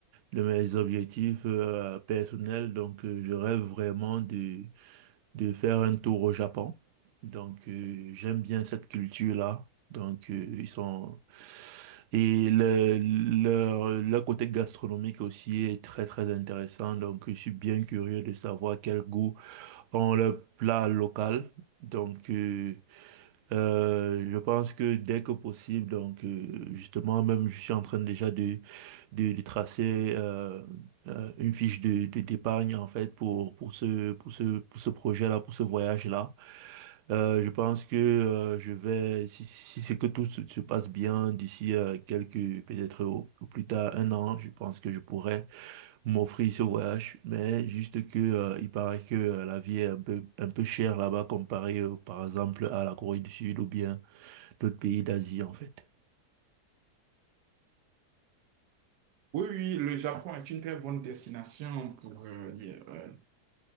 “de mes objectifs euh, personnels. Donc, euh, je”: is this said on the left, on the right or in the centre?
Right